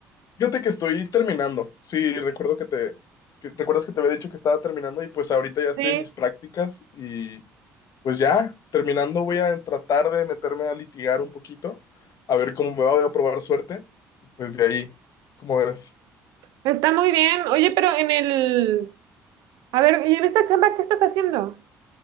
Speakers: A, on the left; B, on the right.
A: Fíjate que estoy terminando. Sí, recuerdo que te, que- recuerdas que te había dicho que estaba terminando y pues ahorita ya estoy
B: Sí,
A: en mis prácticas y pues ya terminando voy a tratar de meterme a litigar un poquito, a ver cómo me va, voy a probar suerte y pues de ahí, ¿cómo ves?
B: está muy bien. Oye, pero en el... A ver, ¿y en esta chamba qué estás haciendo?